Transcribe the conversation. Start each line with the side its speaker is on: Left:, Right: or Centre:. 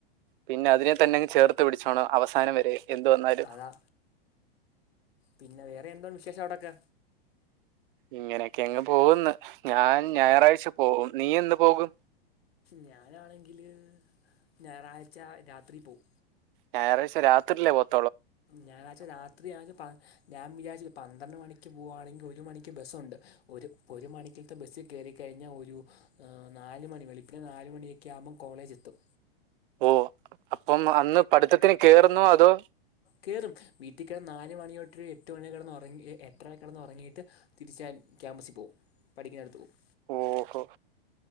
Right: പിന്നെ അതിനെ തന്നെ അങ്ങ് ചേർത്ത് പിടിച്ചോണം അവസാനം വരെ എന്തുവന്നാലും
Left: അതാ പിന്നെ വേറെ എന്തോ വിശേഷം അവിടൊക്ക
Right: ഇങ്ങനെയൊക്കെ അങ്ങ് പോകന്ന് ഞാൻ ഞായറാഴ്ച പോകും നീ എന്ന് പോകും
Left: ഞാനാണെങ്കിൽ ഞായറാഴ്ച രാത്രി പേവും
Right: ഞായറാഴ്ച രാത്രില്ലേ പോ
Left: ഞായറാഴ്ച രാത്രി ആകെ പ ഞാൻ വിചാരിച്ചു പന്ത്രണ്ട് മണിക്ക് പോകയാണെങ്കിൽ ഒരു മണിക്ക് ബസ്സുണ്ട് ഒരു ഒരു മണിക്ക് ബസ്സിൽ കയറിക്കഴിഞ്ഞാൽ ഒരു നാല് മണി വെളുപ്പിന് നാല് മണിയൊക്കെ ആവുമ്പോം കോളേജ് എത്തും
Right: ഓ അപ്പം അന്ന് പഠിത്തത്തിന് കയറുന്നോ അതോ
Left: കേറും വീട്ടിൽ കിടന്ന് നാലു മണി തൊട്ട് എട്ട് മണി വരെ കിടന്നുറങ്ങി എ എട്ടര വരെ കിടന്നുറങ്ങിയിട്ട് തിരിച്ചൻ ക്യാമ്പസിൽ പോവും പഠിക്കുന്നടുത്ത് പോവും
Right: ഓഹോ